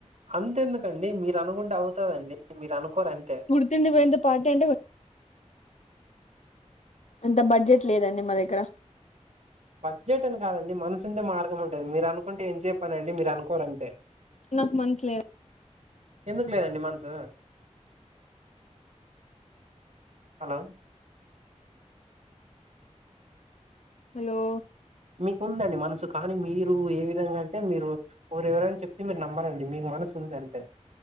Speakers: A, on the right; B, on the left.
A: అంతే ఎందుకండి మీరు అనుకుంటే అవుతదండి మీరు అనుకోరు అంతే
B: న్వుతే పార్టీ అంట అంత బడ్జెట్ లేదండి మా దగ్గర
A: బడ్జెట్ అని కాదండి మనసు ఉండే మార్గం ఉంటుంది మీరు అనుకుంటే ఏంతసేపు పనిఅండి మీరు అనుకోరు అంతే
B: నాకు మనసు లేదు
A: ఎందుకు లేదండి మనసు హలో
B: హలో
A: మీకుందండి మనసు కానీ మీరు ఏ విధంగా అంటే మీరు మిరు ఎవరైన చెపింది నమ్మరండి మీకు మనసు ఉంది అంతే